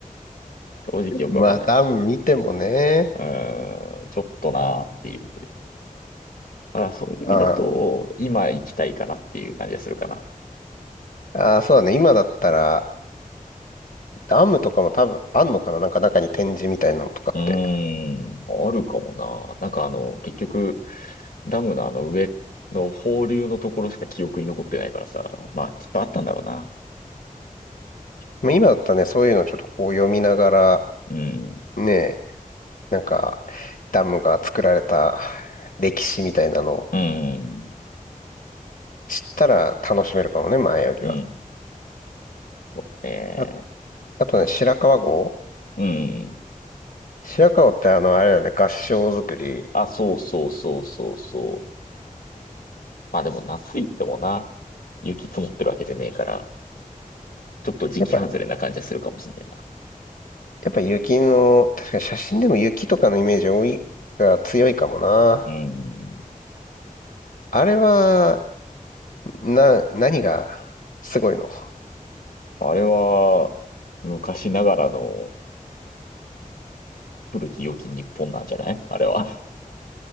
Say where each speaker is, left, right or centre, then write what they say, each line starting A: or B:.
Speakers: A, on the left (about 85°); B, on the left (about 70°).
A: 正直よく分かんない。
B: まあ、ダム見てもね。
A: うーん、ちょっとなーっていう。だからそういう意味だと、
B: あ
A: 今行きたいかなっていう感じがするかな。
B: あ、あそうだね。今だったら、ダムとかも多分あんのかななんか中に展示みたいなのとかって。
A: うーん、あるかもな。なんかあの、結局、ダムのあの上の放流のところしか記憶に残ってないからさ。まあ、きっとあったんだろうな。
B: まあ、今だったらね、そういうのちょっとこう読みながら、
A: うん、
B: ね、なんか、ダムが作られた歴史みたいなのを
A: うん、
B: 知ったら楽しめるかもね、前よりは。
A: うん。そうね。
B: あ、あとね、白川郷
A: うん。
B: 白川郷ってあの、あれだね、合掌造り。
A: あ、そうそうそうそうそう。まあでも夏行ってもな、雪積もってるわけじゃねえから、ちょっと時期外れな感じはするかもしんないな。
B: やっぱ、やっぱ雪の、確かに写真でも雪とかのイメージ多い、が強いかもな。
A: うん。
B: あれは、な、何がすごいの
A: あれは、昔ながらの古き良き日本なんじゃないあれは。